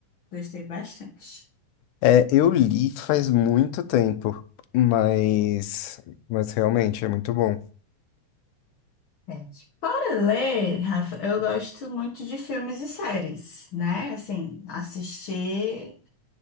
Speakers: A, on the left (about 45°); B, on the left (about 85°).
A: Gostei bastante.
B: É, eu li faz muito tempo, mas, mas realmente é muito bom.
A: É. Fora ler, Rafa, eu gosto muito de filmes e séries, né? Assim, assistir,